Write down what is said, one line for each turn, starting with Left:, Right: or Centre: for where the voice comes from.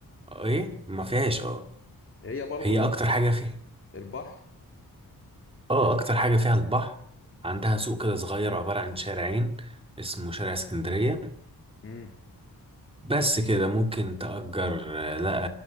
Right: ايه ما فيهاش اه
Left: هي برضو
Right: هي
Left: ايه
Right: اكتر حاجة فيها
Left: البحر
Right: اه
Left: إيه؟
Right: اكتر حاجة فيها البحر عندها سوق كده صغير عبارة عن شارعين اسمه شارع اسكندرية
Left: مم.
Right: بس كده ممكن تأجر آه، لا